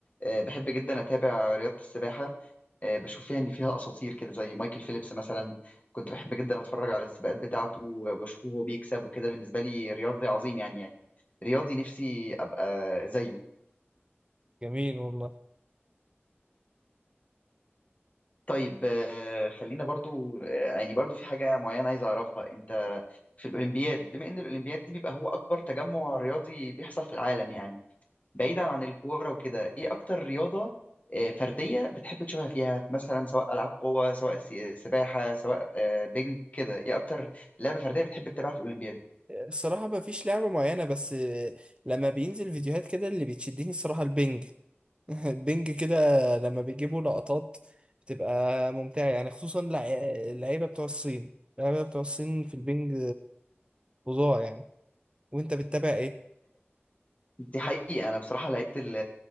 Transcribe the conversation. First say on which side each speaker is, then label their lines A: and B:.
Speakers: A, on the left; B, on the right.
A: آه، بحب جدا اتابع رياضه السباحه آه، بشوف فيها ان فيها اساطير كده زي مايكل فيليبس مثلا كنت بحب جدا اتفرج على السباقات بتاعته واشوفه وهو بيكسب وكده بالنسبه لي رياضي عظيم يعني يعني رياضي نفسي ابقى زيه
B: جميل والله
A: طيب آه، خلينا برضو آه، يعني برضو في حاجة معينة عايز أعرفها أنت في الأولمبياد بما إن الأولمبياد دي بيبقى هو أكبر تجمع رياضي بيحصل في العالم يعني بعيدا عن الكورة وكده إيه أكتر رياضة آه، فردية بتحب تشوفها فيها مثلا سواء ألعاب قوة سواء س- سباحة سواء آه، بينج كده إيه أكتر لعبة فردية بتحب تتابعها في الأولمبياد
B: الصراحة ما فيش لعبة معينة بس لما بينزل فيديوهات كده اللي بتشدني الصراحة البنج <laughs> البنج كده لما بيجيبوا لقطات بتبقى ممتعة يعني خصوصا لع- اللعيبة بتوع الصين اللعيبة بتوع الصين في البنج فظاع يعني وانت بتتابع ايه؟
A: دي حقيقة أنا بصراحة لعيبة ال-